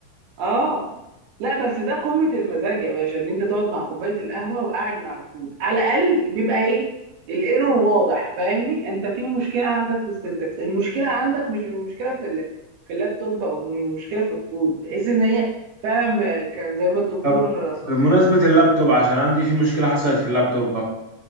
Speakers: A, on the right (about 80°); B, on the right (about 15°).
A: اه لا بس ده قمة المزاج يا باشا ان انت تقعد مع كوباية القهوة وقاعد مع الكود على الاقل بيبقى ايه الايرور واضح فاهمني انت في مشكلة عندك في السنتكس المشكلة عندك مش المشكلة في ال... في اللابتوب او المشكلة في الكود تحس ان هي فعلا ب... كان زي ما الدكتور
B: طب
A: ص-
B: بمناسبة اللابتوب عشان عندي في مشكلة حصلت في اللابتوب